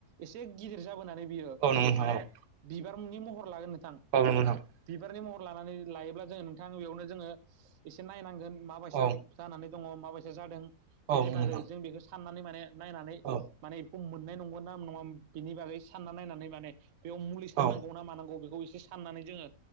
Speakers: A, on the right (about 60°); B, on the right (about 75°).
A: एसे गिदिर जा बोनानै बियो
B: औ नंगौ नोंथां
A: माने बिबार मुंनि महर लागोन नोंथां।
B: <unintelligible>
A: बिबारनि महर लानानै लायोब्ला जोङो नोंथां बेयावनो जोङो एसे नायनांगोन माबायसा
B: औ
A: जानानै दङ माबायसा जादों
B: औ
A: बेनि
B: नंगौ
A: बागै
B: नोंथां
A: जों बेखौ साननानै माने नायनानै
B: औ
A: माने मोननाय नंगौ ना नङा बेनि बागै सानना नायनानै माने बेयाव मुलि
B: औ
A: सारनांगौ ना मानांगौ बेखौ एसे फाननानै जोङो